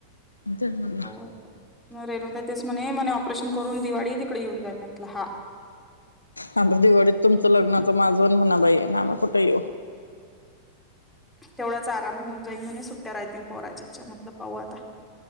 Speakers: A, on the left; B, in the centre.
A: तेच म्हणलं
B: पा रे का तेच म्ह ऑपरेशन करून दिवाळी तिकडे येऊन जा म्ह म्हटलं हा.
A: आता दिवाळीत तुमचं लग्नाच माझ आणि म्हणा बाई आहे ना आ् कुठे येऊ?
B: तेवढाच आराम होऊन जाईन म्हणेज सुट्ट्या राहतील पोराच्याच्या म्हटलं पाहू आता.